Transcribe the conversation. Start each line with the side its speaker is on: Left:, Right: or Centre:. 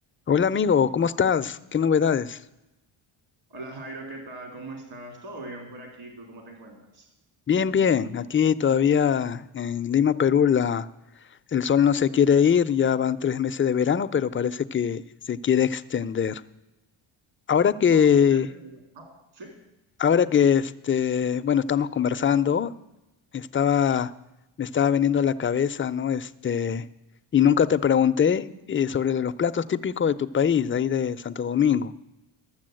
Left: Hola amigo, ¿cómo estás? ¿Qué novedades?
Right: Hola Jairo, ¿qué tal? ¿Cómo estás? ¿Todo bien por aquí? ¿Tú cómo te encuentras?
Left: Bien, bien. Aquí todavía en Lima, Perú, la, el sol no se quiere ir. Ya van tres meses de verano, pero parece que se quiere extender. Ahora que,
Right: Uf, ¿qué te digo? Ah, sí.
Left: ahora que este, bueno, estamos conversando, estaba, me estaba veniendo a la cabeza, ¿no? Este, y nunca te pregunté eh, sobre los platos típicos de tu país, de ahí de Santo Domingo.